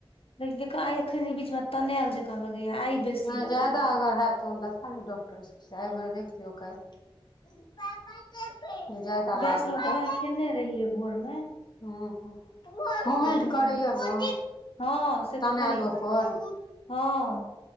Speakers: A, on the left (about 80°); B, on the left (about 50°).
A: लेकिन देख आई एखन बीच मे तनेल जकाँ लगैये आइ बेसी
B: नय
A: लगैया
B: जायदा अगर हैत तहन देखा लियौ डॉक्टर सभसँ आइ भरि देख लियौ काल्हि ज्यादा
A: गैस
B: लागत
A: वला
B: तऽ
A: दवाइ खेने रहियै भोर मे
B: हँ हँ मोमेंट
A: हूँ
B: करैए न
A: हँ से
B: तनेलोपर
A: तऽ करैया हँ